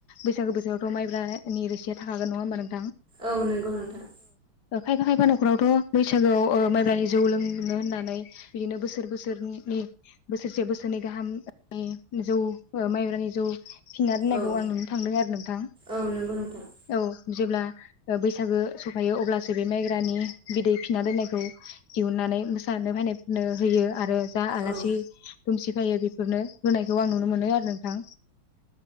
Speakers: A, on the left; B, on the right.
A: बैसागो बोथोरावथ मब्रानि रोसिया थाखागोन नङा होनबा नों
B: औ नोंगौ नोंथां
A: ओ खायफा खायफा नखरावथ बैसागोआव ओ माइब्रै जौ लोंनो होननानै बिदिनो बोसोर बोसोरनि नि बोसोरसे बोसोरनै गाहाम नि जौ ओ माइब्रानि जौ फिनना दोननायखौ
B: औ
A: आं नुनो थांदों आरो नोंथां
B: औ नंगौ नोंथां
A: औ जेब्ला ओ बैसागो सफायो अब्लासो बे माइग्रानि बिदै फिना दोननायखौ दिहुनना आनै मोसानो फायनायफोरनो होयो आरो जा आलासि
B: औ
A: दुमसि फायो बेफोरनो होनायखौ आं नुनो मोनो आरो नोंथां